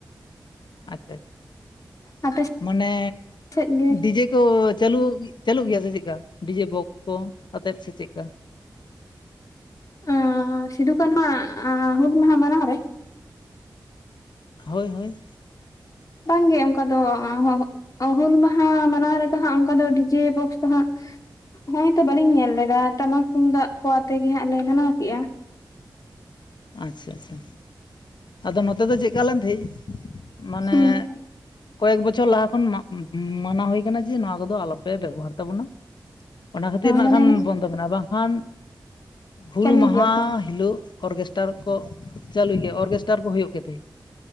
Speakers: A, on the left; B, on the left.
A: ᱟᱪᱪᱷᱟ ᱟᱪᱪᱷᱟ
B: ᱟᱯᱮ
A: ᱢᱟᱱᱮ
B: ᱥᱮᱫ ᱜᱮ
A: ᱰᱤᱡᱮ ᱠᱚ ᱪᱟᱹᱞᱩ ᱪᱟᱹᱞᱩᱜ ᱜᱮᱭᱟ ᱥᱮ ᱪᱮᱫᱠᱟ ᱰᱤᱡᱮ ᱵᱚᱠᱥ ᱠᱚ ᱟᱛᱮᱫ ᱥᱮ ᱪᱮᱫᱠᱟ?
B: ᱟᱻ ᱥᱷᱤᱫᱩ-ᱠᱟᱹᱱᱦᱩ ᱟᱜ ᱦᱩᱞ ᱢᱟᱦᱟ ᱢᱟᱱᱟᱣ ᱨᱮ᱾
A: ᱦᱳᱭ ᱦᱳᱭ᱾
B: ᱵᱟᱝᱜᱮ ᱚᱱᱠᱟ ᱫᱚ <unintelligible> ᱦᱩᱞ ᱢᱟᱦᱟ ᱢᱟᱱᱟᱣ ᱨᱮᱫᱚ ᱦᱟᱸᱜ ᱚᱱᱠᱟ ᱫᱚ ᱰᱤᱡᱮ ᱵᱚᱠᱥ ᱫᱚ ᱦᱟᱸᱜ ᱱᱚᱜ-ᱚᱭ ᱛᱚ ᱵᱟᱞᱤᱧ ᱧᱮᱞ ᱞᱮᱫᱟ ᱴᱟᱢᱟᱠ ᱛᱩᱢᱫᱟᱜ ᱠᱚ ᱟᱛᱮᱜ ᱜᱮ ᱦᱟᱸᱜ ᱞᱮ ᱢᱟᱱᱟᱣ ᱠᱮᱫ-ᱟ᱾
A: ᱟᱪᱪᱷᱟ ᱟᱪᱪᱷᱟ ᱟᱫᱚ ᱱᱚᱛᱮ ᱫᱚ ᱪᱮᱫᱠᱟ ᱞᱮᱱ ᱛᱟᱦᱮᱸᱫ ᱢᱟᱱᱮ
B: ᱦᱩᱸ
A: ᱠᱚᱭᱮᱠ ᱵᱚᱪᱷᱚᱨ ᱞᱟᱦᱟ ᱠᱷᱚᱱ ᱢᱟᱜ- ᱢᱟᱱᱟᱣ ᱦᱩᱭ ᱠᱟᱱᱟ ᱡᱮ ᱱᱚᱣᱟ ᱠᱚᱫᱚ ᱟᱞᱚ ᱯᱮ ᱵᱮᱵᱚᱦᱟᱨ ᱛᱟᱵᱚᱱᱟ ᱚᱱᱟ ᱠᱷᱟᱛᱤᱨ ᱱᱟᱸᱜ
B: ᱢᱟᱱᱮ
A: ᱠᱷᱟᱱ ᱵᱚ- ᱛᱟᱵᱚᱱᱟ ᱵᱟᱝᱠᱷᱟᱱ ᱦᱩᱞ
B: ᱪᱟᱹᱞᱩᱭ
A: ᱢᱟᱦᱟᱸ
B: ᱜᱮᱭᱟ ᱠᱚ
A: ᱦᱤᱞᱳᱜ ᱚᱨᱜᱮᱥᱴᱟᱨ ᱠᱚ ᱪᱟᱹᱞᱩᱭ ᱜᱮᱭᱟ ᱚᱨᱜᱮᱥᱴᱟᱨ ᱠᱚ ᱦᱩᱭᱩᱜ ᱜᱮ ᱛᱟᱦᱮᱸᱫ᱾